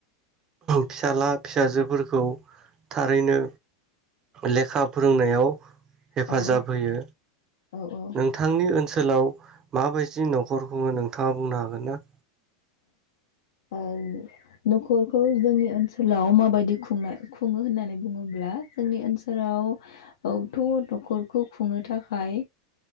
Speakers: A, on the right (about 25°); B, on the left (about 90°).
A: फिसाला फिसाजोफोरखौ थारैनो लेखा फोरोंनायाव हेफाजाब
B: औ
A: होयो
B: औ
A: नोंथांनि ओनसोलाव माबायदि न'खरखौनो नोंथाङा बुंनो हागोन ना?
B: ओ न'खरखौ जोंनि ओनसोलाव माबायदि खुंनाय खुङो होननानै बुङोब्ला जोंनि ओनसोलावथ' न'खरखौ खुंनो थाखाय